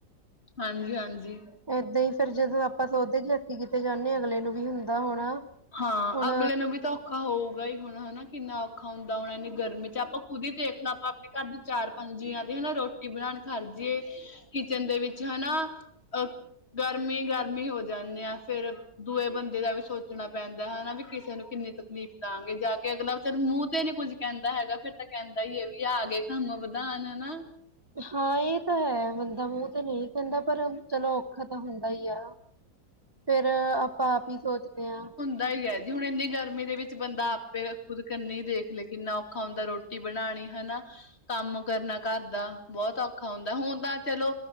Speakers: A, on the left (about 35°); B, on the right (about 25°).
A: ਹਾਂਜੀ-ਹਾਂਜੀ।
B: ਏਦਾਂ ਹੀ ਫੇਰ ਜਦੋਂ ਆਪਾਂ ਸੋਦੇ ਚੱਕ ਕਿਤੇ ਜਾਂਨੇ ਆ, ਅਗਲੇ ਨੂੰ ਵੀ ਹੁੰਦਾ ਹੋਣਾ।
A: ਹਾਂ
B: ਹੁਣ
A: ਅਗਲੇ ਨੂੰ ਵੀ ਤਾਂ ਔਖਾ ਹੋਊਗਾ ਹੀ ਹੁਣ ਹਨਾ। ਕਿੰਨਾ ਔਖਾ ਹੁੰਦਾ ਹੋਣਾ ਏਨੀ ਗਰਮੀ ਚ ਆਪਾਂ ਖੁਦ ਹੀ ਦੇਖ ਲੋ, ਆਪਾਂ ਆਪਣੇ ਘਰ ਦੇ ਚਾਰ ਪੰਜ ਜੀਆਂ ਦੀ ਹਨਾ ਰੋਟ ਬਣਾਣ ਖਰਜੀਏ ਕਿਚਨ ਦੇ ਵਿੱਚ ਹਨਾ, ਅਹ। ਗਰਮੀ-ਗਰਮੀ ਹੋ ਜਾਂਨੇ ਆ, ਫੇਰ ਦੂਏ ਬੰਦੇ ਦਾ ਵੀ ਸੋ ਚਣਾ ਪੈਂਦਾਂ, ਹਨਾ ਵੀ ਕਿਸੇ ਨੂੰ ਕਿੰਨੀ ਤਕਲੀਫ਼ ਦਾਂਗੇ ਜਾ ਕੇ ਅਗਲਾ ਵਿਚਾਰਾਂ ਮੂੰਹ ਤੇ ਨੀ ਕੁੱਝ ਕਹਿੰਦਾ ਹੈਗਾ ਫੇਰ ਤਾਂ ਕਹਿੰਦਾ ਈ ਆ ਵੀ ਆਗੇ ਕੰਮ ਵਧਾਣ ਹਨਾ।
B: ਹਾਂ ਏ ਤਾਂ ਹੈ ਬੰਦਾ ਮੂੰਹ ਤੇ ਨੀਂ ਕਹਿੰਦਾ, ਪਰ ਚਲੋ ਔਖਾ ਤਾਂ ਹੁੰਦਾ ਈ ਆ। ਫਿਰ ਆਪਾਂ ਆਪ ਈ ਸੋਚਦੇ ਆ।
A: ਸਈ ਏ ਜੀ ਹੁਣ ਇੰਨੀ ਗਰਮੀ ਦੇ ਵਿੱਚ ਬੰਦਾ ਆਪੇ ਖੁਦ ਕਰਨੀ ਦੇਖ ਲਏ ਕਿੰਨਾ ਔਖਾ ਹੁੰਦਾ ਰੋਟੀ। ਰੋਟੀ ਬਣਾਣੀ ਹਨਾ ਕੰਮ ਕਰਨਾ ਘਰ ਦਾ ਬੋਤ ਔਖਾ ਹੁੰਦਾ। ਹੁਨ ਤਾਂ ਚਲੋ